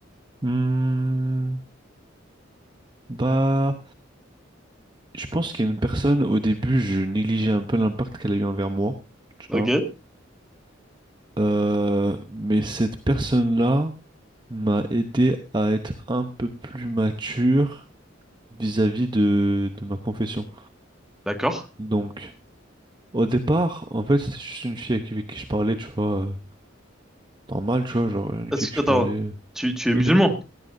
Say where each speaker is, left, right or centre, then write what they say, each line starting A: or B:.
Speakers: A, on the right; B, in the centre.
A: Hmm, bah, je pense qu'il y a une personne, au début, je négligeais un peu l'impact qu'elle a eu envers moi, tu
B: Ok.
A: vois. Euh, mais cette personne-là m'a aidé à être un peu plus mature vis-à-vis de, de ma confession.
B: D'accord.
A: Donc, au départ, en fait, c'était juste une fille avec qui je parlais, tu vois, euh, normal, tu vois, genre une
B: Est-ce
A: fille que
B: que-
A: je
B: attends,
A: parlais.
B: tu, tu es
A: Oui,
B: musulman,
A: non?